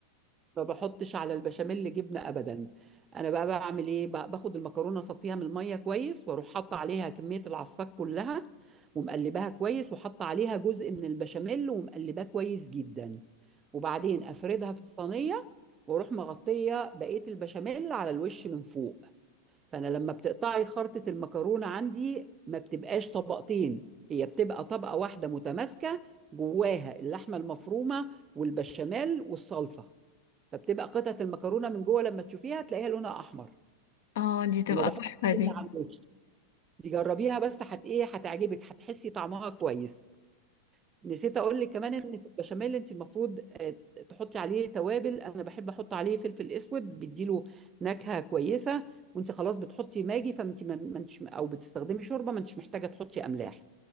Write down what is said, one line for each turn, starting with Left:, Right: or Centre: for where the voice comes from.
Right: ما بحطش على البشاميل جبنه ابدا انا بقى بعمل ايه ب- باخد المكرونه اصفيها من الميه كويس واروح حاطه عليها كميه العصاك كلها ومقلباها كويس وحاطه عليها جزء من البشاميل ومقلباه كويس جدا وبعدين افردها في الصينيه واروح مغطيه بقيه البشاميل على الوش من فوق فانا لما بتقطعي خرطة المكرونة عندي ما بتبقاش طبقتين هي بتبقى طبقة واحدة متماسكة جواها اللحمة المفرومة والبشاميل والصلصة فبتبقى قطعة المكرونة من جوه لما تشوفيها تلاقيها لونها احمر
Left: اه دي تبقى
Right: وما بحطش
Left: تحفة دي
Right: جبنة على الوش دي جربيها بس هت ايه هتعجبك هتحسي طعمها كويس نسيت اقول لك كمان ان في البشاميل انت المفروض آه، تحطي عليه توابل انا بحب احط عليه فلفل اسود بيديله نكهه كويسه وانت خلاص بتحطي ماجي فانت ما ما انتش او بتستخدمي شوربه ما انتش محتاجه تحطي املاح